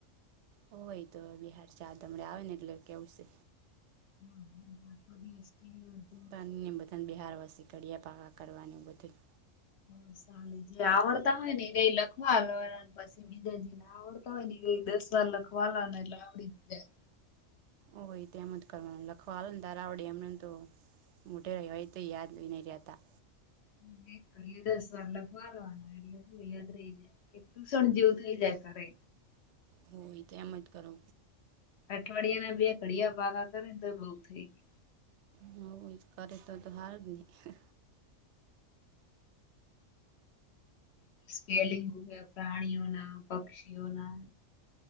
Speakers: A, on the right (about 65°); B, on the left (about 55°).
A: હોય તો બિહાર ચાર હમડે આવે ને એટલે કેવું છે.
B: હા ઘડીક વોચવા બેસતી <unintelligible>
A: પ્રણીને બધાને બિહારવાસી કળિયા પાાવા કરવાનીનું બધું.
B: હ સામે જે આવડતા હોય ને એ લખવા આલવાના ન પસ બીજા જે ના આવડતા હોય ને એ દસ વાર લખવા આલવાના ને એટલે આવડી જાય.
A: ઓ હોય તો એમજ કરવાનું લખવા હાલ ને તાર આવડે એમનેને તો મુંઢેય હોય તો યાદ નઈ રયા તા.
B: હમ એક ઘડીયો દસ વાર લખવા આલવા નો એટલે શું યાદ રહી જાય. ટ્યુશન જેવું થઈ જાય ઘરે.
A: હમ એ તો એમ જ કરો.
B: અઠવાડિયાના બે ઘડિયા પાાગા કરે ન તો એ બઉ થઈ ગ્યું.
A: હવ કરે તો તો હારું જ ને.
B: સ્પેલિંગ <unintelligible> પ્રાણીઓના, પક્ષીઓના